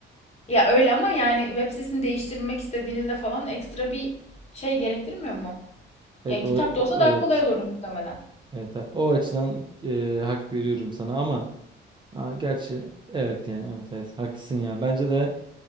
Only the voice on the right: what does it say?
Evet,
o, o-
evet.
Evet, ha- o açıdan e, hak veriyorum sana ama aa, gerçi evet yani evet evet haklısın ya. Bence de